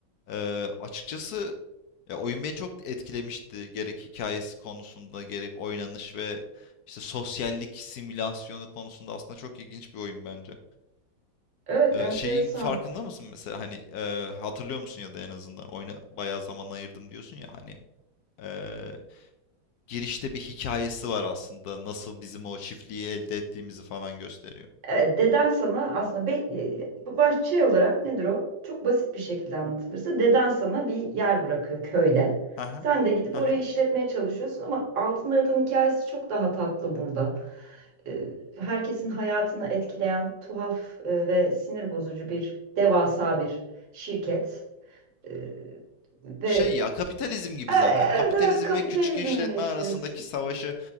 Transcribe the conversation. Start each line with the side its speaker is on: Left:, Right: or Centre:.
Left: Ee, açıkçası ya oyun beni çok etkilemişti. Gerek hikayesi konusunda gerek oynanış ve işte sosyallik simülasyonu konusunda aslında çok ilginç bir oyun bence.
Right: Evet,
Left: Eee,
Right: enteresan.
Left: şeyin farkında mısın mesela hani, eee, hatırlıyor musun ya da en azından oyuna bayağı zaman ayırdım diyorsun ya hani, eee, girişte bir hikayesi var aslında nasıl bizim o çiftliği elde ettiğimizi falan gösteriyor.
Right: Evet, deden sana aslında be, e, bu baş- şey olarak nedir o? Çok basit bir şekilde anlatılırsa deden sana bir yer bırakıyor köyden.
Left: Hı hı.
Right: Sen de gidip
Left: Hı
Right: orayı işletmeye çalışıyorsun ama altında yatan hikayesi çok daha tatlı burada. E, herkesin hayatını etkileyen tuhaf e, ve sinir bozucu bir devasa bir şirket. E, ve
Left: Şey ya, kapitalizm gibi
Right: e,
Left: zaten. Kapitalizm
Right: evet evet kapitalizm
Left: ve küçük işletme
Right: eleştirisi.
Left: arasındaki savaşı,